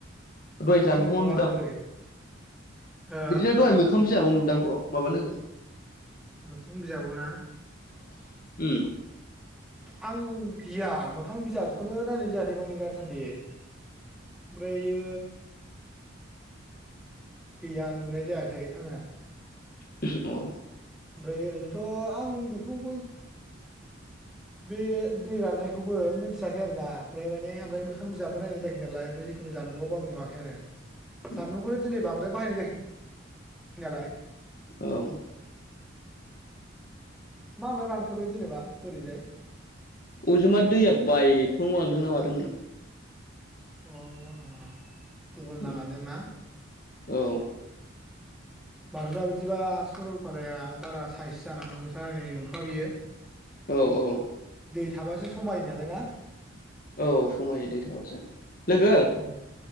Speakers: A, on the left (about 45°); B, in the centre.
A: दहाय जानबुङाव
B: आं नुवाखै
A: नुदां।
B: हो
A: बिदिनो दहाय मोखां बिजाबाव नुदां ब्र माबा लोगो।
B: मोखां बिजाबावना?
A: उ।
B: आं गैया मोखां बिजाबखौनो नायनाय जायाखै माने दा। सान्दि ओमफ्रायो गैया नुनाय जायाखै आङो।
A: अ।
B: ओमफ्राय ओरैनोथ' आं बेखौबो बे दै राननायखौबो मिथियाखै आरो ना। ओमफ्राय माने ओमफ्राय मोखां बिजाबबो नायनाय जायै नालाय ओमफ्राय आंनि जानबुंआव दं नुवाखै आरो।
A: <inaudible>
B: जानबुंखौनो दिनै बांद्राय बाहायनाय जायाखै नालाय।
A: औ।
B: मा नो रानखो बे जेनेबा बोरैजाय?
A: अबेजोंबा दैया बायफ्लंलांदों ना माादों नो।
B: अ' आ गुबुन लामाजोंना?
A: उम औ
B: बाथो दा बिदिबा सरलपाराया बारा साइस जानानै नंथ'ङा नंथ'वा बियो।
A: औ - औ।
B: दै थाबासो समायो नालाय ना?
A: औ समायो दै थाबासो लोगो।
B: उम